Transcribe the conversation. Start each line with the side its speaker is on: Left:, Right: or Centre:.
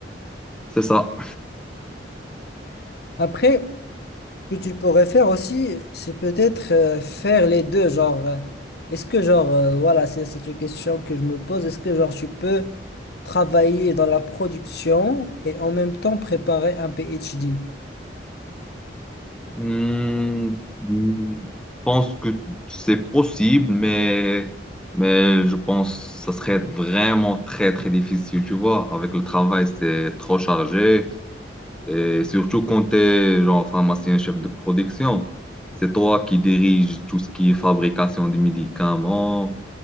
Centre: c'est ça.
Left: Après, Ce que tu pourrais faire aussi, c'est peut-être euh, faire les deux. Genre, euh, est-ce que, genre, euh, voilà, c'est c'est une question que je me pose. Est-ce que, genre, tu peux travailler dans la production et en même temps préparer un PhD?
Centre: Hmm, hmm, je pense que c'est possible, mais, mais je pense que ça serait vraiment très, très difficile, tu vois. Avec le travail, c'est trop chargé. Et surtout quand t'es, genre, pharmacien, chef de production, c'est toi qui dirige tout ce qui est fabrication des médicaments.